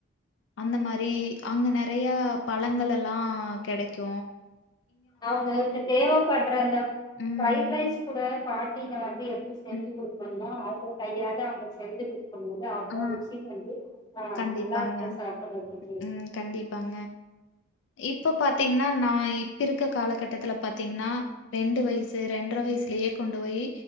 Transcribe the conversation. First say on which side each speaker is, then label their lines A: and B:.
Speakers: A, on the left; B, on the left.
A: அந்த மாரி அங்க நேர நறைய பலங்கள் எல்லா கேடைக்கு
B: அவங்க அதுக்கு தேவை படுற அந்த
A: ம்.
B: ப்ரைட் ரைஸ் கூட பாட்டிங்க வந்து எப்டி செஞ்சு
A: ம்.
B: குடுப்பாங்கா அவங்க கையால அவங்க செஞ்சு குடுப் போது அவ்ளது
A: ஆ
B: சிகின் வந்து ஆ
A: கண்டிப்பாங்க.
B: நல்லா இருக்கோ சாப்புறதுக்கு
A: ம் கண்டிப்பாங்க. இப்ப பாத்தீங்கனா நா இப்ப இருக்க காலகட்டத்துல பாத்தீங்கனா ரெண்டு வயசு ரெண்டர வயசுலயே கொண்டு போய்